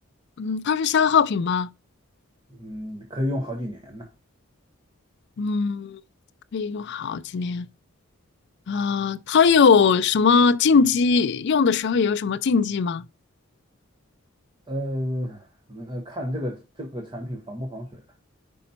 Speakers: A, on the left; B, on the right.
A: 嗯，它是消耗品吗？
B: 嗯，可以用好几年呢，
A: 嗯，可以用好几年。呃，它有什么禁忌？用的时候有什么禁忌吗？
B: 呃，那看这个这个产品防不防水了，